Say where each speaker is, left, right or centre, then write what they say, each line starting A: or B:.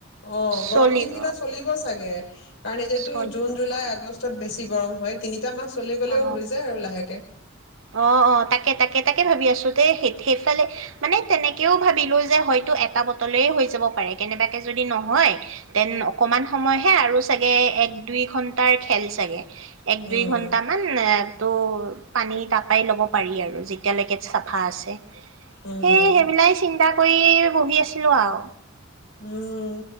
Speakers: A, on the left; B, on the right.
A: অ', গৰম
B: চলিব
A: দিন কেইটা চলি চলিব চাগে কাৰণেতটো
B: চলিব
A: জুন জুলাই আগষ্ট বেছি গৰম হয় তিনি টা মাহ চলি গ'লেও
B: অ
A: হৈ যায় আৰু লাহেকে।
B: অ', অ', তাকে তাকে তাকে ভাবি আছ আছোতে সে সেইফালে মানে তেনেকেও ভাবিলো যে হয়তো এটা বটলে হৈ যাব পাৰে কেনেবাকে যদি নহয় তেন অকমান সময়হে আৰু চাগে এক দুই ঘন্টাৰ খেল চাগে। এক
A: উম,
B: দুই ঘন্টামান এ ত' পানী তাৰপৰাই ল'ব পাৰি আৰু যেতিয়ালৈকে চাফা আছে। সেই
A: উম।
B: সেইবিলাই চিন্তা কৰি বহি আছিলো আও।
A: উম।